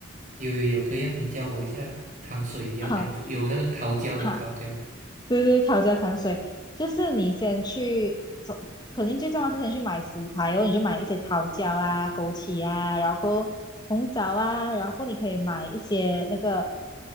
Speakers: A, on the right; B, on the left.
A: 有有有，可以啊，你教我一下糖水要怎样做，
B: 好。
A: 有那个桃胶的桃胶的，
B: 好，对对，桃胶糖水，就是你先去，走，肯定最重要是先去买食材哦，你就买一些桃胶啊、枸杞啊，然后过后红枣啊，然后过后你可以买一些那个